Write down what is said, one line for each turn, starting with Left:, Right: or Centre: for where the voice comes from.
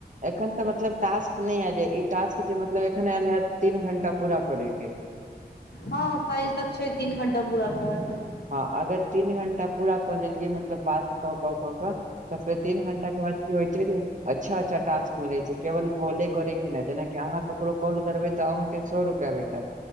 Right: एखन तऽ मतलब टास्क नहि आय जे ई टास्क जे मतलब एखन आयल हैत तीन घंटा पूरा करयके।
Left: हँ काल्हि त छैय तीन घण्टा पूरा करऽ ला।
Right: हँ अगर तीन घंटा पूरा कऽ देलियै मतलब बात कऽ कऽ कऽ कऽ तऽ फेर तीन घंटा के बाद की होइ छैय जे अच्छा अच्छा टास्क मिलै छैय केवल कॉले करयके नही जेनाकि अहाँ ककरो कॉल करबै तऽ अहू के सौ रुपैआ भेटत